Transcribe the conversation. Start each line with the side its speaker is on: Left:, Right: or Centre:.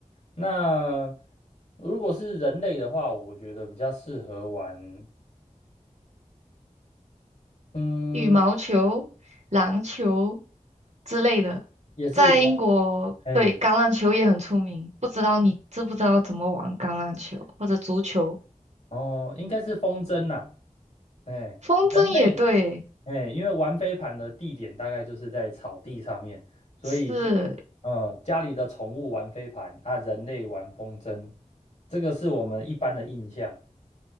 Left: 那如果是人类的话，我觉得比较适合玩，嗯，
Right: 羽毛球、篮球之类的，
Left: 也是玩，
Right: 在英国，
Left: 哎，
Right: 对，橄榄球也很出名。不知道你知不知道怎么玩橄榄球或者足球？
Left: 哦，应该是风筝呐、哎，
Right: 风筝也对，
Left: 人类哎，因为玩飞盘的地点大概就是在草地上面，所以，
Right: 是
Left: 呃，家里的宠物玩飞盘啊，人类玩风筝，这个是我们一般的印象。